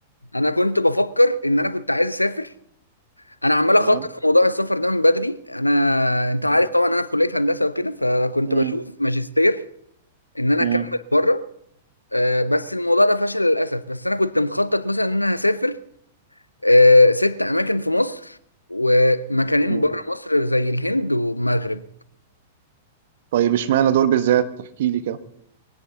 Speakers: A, on the left; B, on the right.
A: انا كنت بفكر ان انا كنت عايز اسافر انا عمال اخطط
B: تمام
A: في موضوع السفر ده من بدري انا انت
B: مم.
A: عارف طبعا انا في كلية هندسة وكده فكنت
B: مم.
A: بشوف ماجستير ان انا
B: مم.
A: اكمل بره آه، بس الموضوع ده فشل للاسف بس انا كنت مخطط مثلا ان انا هسافر آه، ست أماكن في مصر ومكانين
B: مم.
A: بره مصر زي الهند والمغرب
B: طيب اشمعنى دول بالذات احكي لي كده